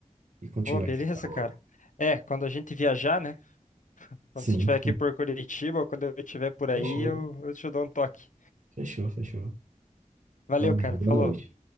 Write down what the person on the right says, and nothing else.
e continuar
esse papo.
Sim.
Fechou,
fechou, fechou.
Valeu,
boa
noite.